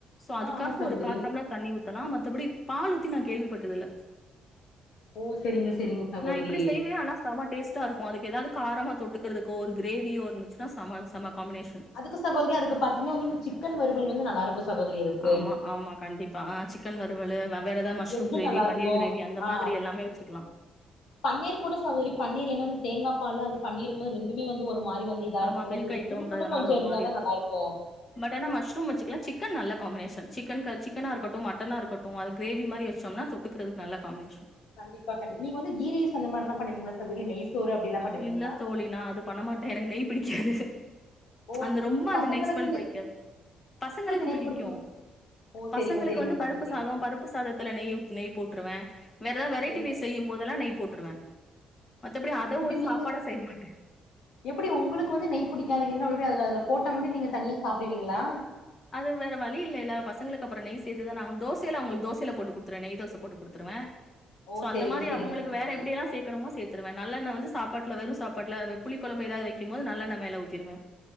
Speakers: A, on the left; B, on the left.
A: சோ அதுக்காக
B: ஆ ஆமா சகோதரி
A: ஒரு கா டம்ளர் தண்ணி ஊத்தலா மத்தபடி பால் ஊத்தி நா கேள்விப்பட்டது இல்ல
B: ஓ செரிங்க செரிங்க சகோதரி
A: நா இப்பிடி செய்வே ஆனா செம டேஸ்ட்டா இருக்கு அதுக்கு எதாவது காரமா தொட்டுக்கறதுக்கோ ஒரு கிரேவியோ இருந்துச்சுன்னா செம செம காம்பினேஷன்
B: அதுக்கு சகோதரி அதுக்கு பாத்தீங்கன்னா வந்து இந்த சிக்கன் வறுவல் வந்து நல்லா இருக்கு சகோதரி அதுக்கு
A: ஆமா ஆமா கண்டிப்பா ஆ சிக்கன் வறுவலு வெவ்வேற ஏதாவது மஷ்ரூம்
B: எக்கு
A: கிரேவி
B: நல்லா இருக்கு
A: பன்னீர் கிரேவி அந்த
B: ஆ
A: மாதிரி எல்லாமே வெச்சுக்கலா
B: பன்னீர் கூட சகோதரி பன்னீர் ஏன்னா அந்த தேங்கா பாலு அது பன்னீர்ங்க போது ரெண்டுமே வந்து ஒரு மாரி வந்து இதா இருக்கும்ல
A: ஆமா மில்க்
B: சுருக்குன்னு
A: ஐட்டம்ன்றதுனால
B: கொஞ்சோ
A: ஒரு
B: இருந்தாதா
A: மாரி
B: நல்லா இருக்கு
A: பட் ஆனா மஷ்ரூம் வெச்சுக்கலா சிக்கன் நல்லா காம்பினேஷன் சிக்கன்க்கு சிக்கன்னா இருக்கட்டு மட்டன்னா இருக்கட்டு அது கிரேவி மாரி வெச்சம்னா தொட் தொட்டுக்கறதுக்கு நல்லா காம்பினேஷன்
B: கண்டிப்பா கண்டி நீங்க வந்து கீ ரைஸ் அந்த மாரிலா பண்ணுவீங்களா சகோதரி நெய் சோறு அப்டிலா பண்ணுவீங்களா
A: இல்ல தோழி நான அது பண்ணமாட்டே எனக்கு நெய் பிடிக்காது
B: ஓ
A: அந்த
B: ஓ
A: ரொம்ப
B: நீங்க
A: அந்த
B: பசங்களுக்கு
A: நெய் ஸ்மெல் பிடிக்காது பசங்களுக்கு
B: நெய்
A: பிடிக்கு
B: குடுப்பீங்க ஓ செரிங்க
A: பசங்களுக்கு
B: செரிங்க
A: வந்து
B: சகோதரி
A: பருப்பு சாதோ பருப்பு சாதத்துல நெய் ஊத் நெய் போட்டுருவே வேற ஏதாவது வெரைட்டி
B: செரிங்க
A: ரைஸ் செய்யும் போதெல்லா நெய் போட்டுருவே மத்தபடி அத ஒரு
B: <unintelligible>
A: சாப்பாடா செய்ய மாட்டே
B: எப்புடி உங்களுக்கு வந்து நெய் புடிக்காதீங்கன் சொல்ற அதுல அதுல போட்டா மட்டு நீங்க தனியா சாப்புடுவீங்களா
A: அது வேற வழி இல்லைல பசங்களுக்கு அப்பறோ நெய் சேத்துதானே ஆவனு தோசையில அவங்களுக்கு தோசையில போட்டு குடுத்துருவே நெய் தோச போட்டு குடுத்துருவே
B: ஓ
A: சோ அந்த
B: செரிங்க
A: மாரி
B: செரிங்க
A: அவங்களுக்கு
B: சகோதரி
A: வேற எப்டியெல்லா சேக்கணுமோ சேத் த்துருவே நல்லெண்ண வந்து சாப்பாட்டுல வெறு சாப்பாட்டுல புளி கொழம்பு ஏதாவது வெக்கும் போது நல்லெண்ண மேல ஊத்திருவே